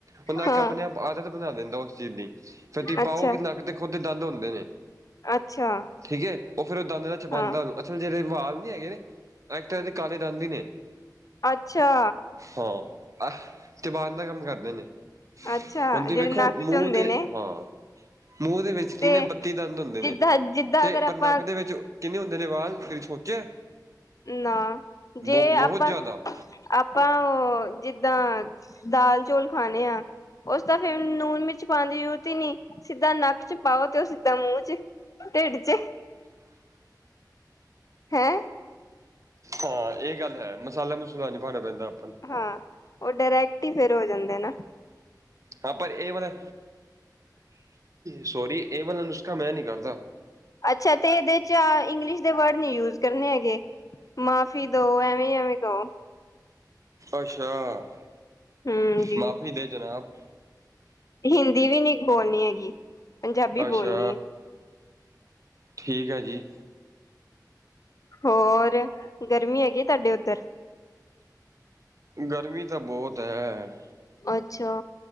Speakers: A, on the right; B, on the left.
A: ਉਹਨਾਂ
B: ਹਾਂ
A: ਕੇ ਆਪਨੇ ਆਪ ਆਦਤ ਬਣਾ ਦਿੰਦਾ ਉਸ ਚੀਜ਼ ਦੀ ਫਿਰ ਤੁਸੀਂ
B: ਅੱਛਾ
A: ਪਾਓ ਨੱਕ ਤੇ ਖੁੱਦ ਦੰਦ ਹੁੰਦੇ ਨੇ
B: ਅੱਛਾ।
A: ਠੀਕ ਹੈ, ਉਹ ਫਿਰ ਉਹ ਦੰਦ ਨਾਲ ਚਬਾੰਦਾ
B: ਹਾਂ
A: ੳਨੁ ਅਛਾ ਜਿਹੜੇ ਵਾਲ ਨੀ ਹੈਗੇ ਨੇ ਐਕਚੁਲੀ ਕਾਲੇ ਦੰਦ ਹੀ ਨੇ
B: ਅੱਛਾ।
A: ਹਾਂ ਚਬਾਨ ਦਾ ਕੰਮ ਕਰਦੇ ਨੇ
B: ਅੱਛਾ
A: ਖੁਦ
B: ਜਿਹੜੇ
A: ਵੇਖੋ
B: ਨੱਕ
A: ਮੂੰਹ
B: ਚ ਹੁੰਦੇ
A: ਦੇ
B: ਨੇ
A: ਹਾਂ ਮੂੰਹ ਦੇ ਵਿੱਚ
B: ਤੇ
A: ਕੀਨੇ ਬੱਤੀ ਦੰਦ ਹੁੰਦੇ ਨੇ
B: ਜਿੱਦਾਂ ਜਿੱਦਾਂ
A: ਤੇ
B: ਅਗਰ ਆਪਾਂ
A: ਪਰ ਨੱਕ ਦੇ ਵਿੱਚ ਕਿੰਨੇ ਹੁੰਦੇ ਨੇ ਵਾਲ ਕਦੀ ਸੋਚਿਆ
B: ਨਾ ਜੇ
A: ਬਹੁ
B: ਆਪਾਂ
A: ਬਹੁਤ ਜ਼ਿਆਦਾ
B: ਆਪਾਂ, ਉਹ ਜਿੱਦਾਂ ਦਾਲ ਚੋਲ ਖਾਨੇ ਆ ਉਸਦਾ ਫਿਰ ਨੂਨ ਮਿਰਚ ਪਾਣ ਦੀ ਜ਼ਰੂਰਤ ਹੀ ਨਹੀਂ ਸਿੱਧਾ ਨੱਕ ਚ ਪਾਓ ਤੇ ਉਹ ਸਿੱਧਾ ਮੂੰਹ ਚ ਢਿਡ ਚ ਹੈ।
A: ਹਾਂ ਇਹ ਗੱਲ ਹੈ, ਮਸਾਲਾ ਮਸੂਲਾ ਨਹੀਂ ਪਾਉਣਾ ਪੈਂਦਾ ਆਪ ਨੂੰ
B: ਹਾਂ ਉਹ ਡਾਇਰੈਕਟ ਹੀ ਫਿਰ ਹੋ ਜਾਂਦੇ ਨਾ
A: ਹਾਂ ਪਰ ਇਹ ਵਾਲ ਸੋਰੀ ਇਹ ਵਾਲ ਨੁਸਕਾ ਮੈਂ ਨਹੀਂ ਕਰਦਾ
B: ਅੱਛਾ ਤੇ ਇਹਦੇ ਚ ਇੰਗਲਿਸ਼ ਦੇ ਵਰਡ ਨਹੀਂ ਯੂਜ ਕਰਨੇ ਹੈਗੇ ਮਾਫ਼ੀ ਦੋ ਐਵੇਂ ਐਵੇਂ ਕਹੋ
A: ਅੱਛਾ,
B: ਹਮ ਜੀ
A: ਮਾਫ਼ੀ ਦੇ ਜਨਾਬ
B: ਹਿੰਦੀ ਵੀ ਨੀ ਬੋਲਣੀ ਹੈਗੀ, ਪੰਜਾਬੀ
A: ਅੱਛਾ
B: ਬੋਲਣੀ ਏ।
A: ਠੀਕ ਹੈ ਜੀ।
B: ਹੋਰ, ਗਰਮੀ ਹੈਗੀ ਤੁਹਾਡੇ ਉੱਧਰ?
A: ਗਰਮੀ ਤਾਂ ਬਹੁਤ ਹੈ।
B: ਅੱਛਾ,